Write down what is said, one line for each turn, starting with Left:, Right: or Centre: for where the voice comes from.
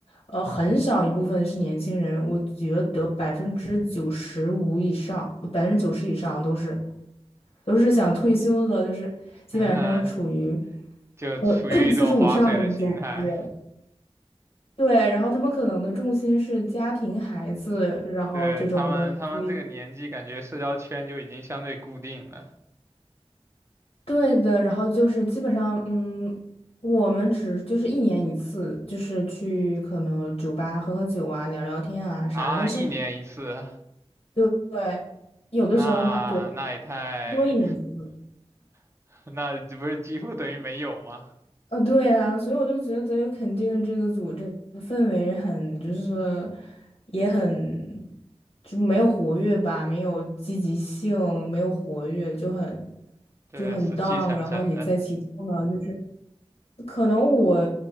Left: 呃，很少一部分是年轻人，我觉得百分之九十五以上，百分之九十以上都是都是想退休的，就是基本上是处于
Right: <laughs> 就处于一种划水的心态。
Left: 呃四十五 <clears throat> 以上的中间人。对，然后他们可能的重心是家庭、孩子，然后这种的，
Right: 对，他们，他们这个年纪，
Left: 所以。
Right: 感觉社交圈就已经相对固定了
Left: 对的，然后就是基本上，嗯，我们只就是一年一次，就是去可能酒吧喝喝酒啊，聊聊天啊啥的。
Right: 啊，
Left: 但是，
Right: 一年一次，
Left: 对对，有的时候还对
Right: 那那也太，
Left: 多一年一次，
Right: <laughs> 那这不是几乎等于没有吗？
Left: 呃，对啊，所以我就觉得肯定这个组这个氛围很就是也很就没有活跃吧，没有积极性，没有活跃，就很
Right: 对，
Left: 就很
Right: 死气沉沉的。
Left: down。然后你在其中呢，就是。可能我